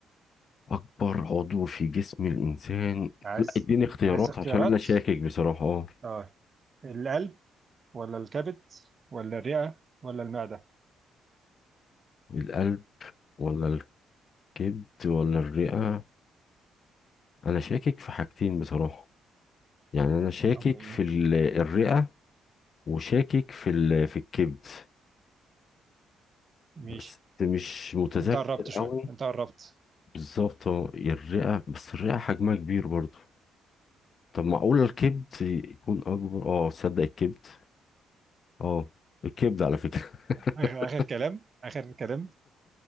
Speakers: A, on the left; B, on the right.
A: اكبر عضو في جسم الانسان
B: عايز
A: لا اديني اختيارات
B: عايز اختيارات؟
A: عشان انا شاكك بصراحه اه
B: آه القلب ولا الكبد ولا الرئة ولا المعدة؟
A: القلب ولا الكبد ولا الرئه انا شاكك في حاجتين بصراحه يعني انا شاكك
B: هم إيه؟
A: في ال- الرئه وشاكك في ال- في الكبد
B: ماشي
A: بس مش متذكر
B: أنت قربت شوية
A: قوي
B: أنت قربت
A: بالظبط اه الرئة بس الرئة حجمها كبير برضه طب معقول الكبد يكون أكبر اه تصدق الكبد اه الكبد على فكرة <laughs>
B: آخر, آخر كلام آخر كلام